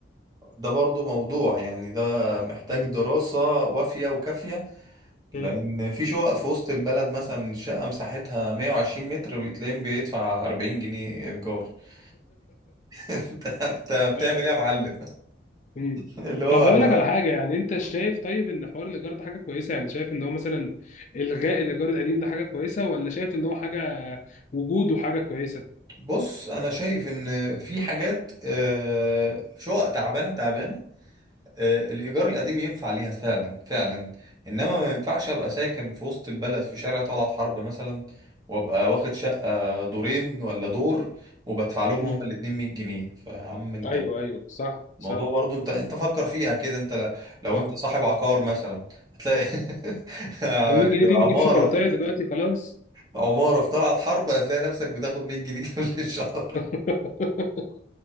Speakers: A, on the right; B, on the left.
A: برضو موضوع يعني ده محتاج
B: مم.
A: دراسه وافيه وكافيه لان
B: مم.
A: في شقق في وسط البلد مثلا شقه مساحتها 120 متر بتلاقيه بيدفع 40 جنيه ايجار <laughs> انت انت بتعمل
B: اه
A: ايه يا معلم
B: مم.
A: اللي هو
B: طب هقول
A: اللي
B: لك
A: هو
B: على حاجه يعني انت شايف طيب ان حوار الايجار ده حاجه كويسه يعني شايف ان هو مثلا الغاء الايجار القديم ده حاجه كويسه ولا شايف ان هو حاجه وجوده حاجه كويسه
A: بص انا شايف ان في حاجات آه، شقق تعبانه تعبانه آه، الايجار القديم ينفع ليها فعلا فعلا انما
B: اه
A: ما ينفعش ابقى ساكن في وسط البلد في شارع طلعت حرب مثلا وابقى واخد شقه دورين ولا دور وبدفع لهم
B: مم.
A: هما الاتنين 100 جنيه فعم انت
B: ايوه ايوه صح
A: الموضوع
B: صح
A: برضو انت انت فكر فيها كده انت ل- لو
B: اه
A: انت صاحب عقار مثلا هتلاقي <laughs>
B: ال 100 جنيه دي بتجيب
A: عمارة
B: شوكولاتايه
A: في
B: دلوقتي خلاص
A: عمارة في طلعت حرب هتلاقي نفسك بتاخد 100 جنيه <laughs> كل شهر
B: <laughs>